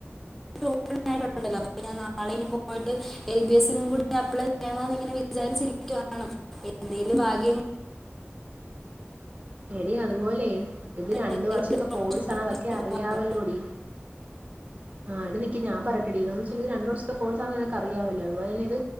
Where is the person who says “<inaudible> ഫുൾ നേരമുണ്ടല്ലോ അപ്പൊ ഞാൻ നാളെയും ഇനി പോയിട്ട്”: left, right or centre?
Centre